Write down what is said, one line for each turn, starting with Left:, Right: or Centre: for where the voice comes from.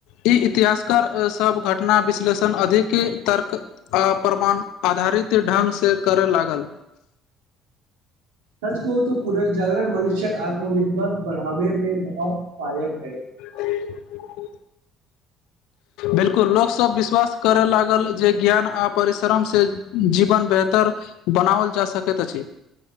Left: ई इतिहासकार सभ घटना विश्लेषण अधिक तर्क प्रमाण आधारित ढङ्ंगसँ करय लागल
Right: सच कहु तऽ पुनः जागरण मनुष्यक आत्मविश्वास बढ़ाबे में बहुत कायम है
Left: अे <unintelligible> बिलकुल लोकसभ विश्वास करय लागल जे ज्ञान आ परिश्रम से जीवन बेहतर बनाओल जा सकैत अछि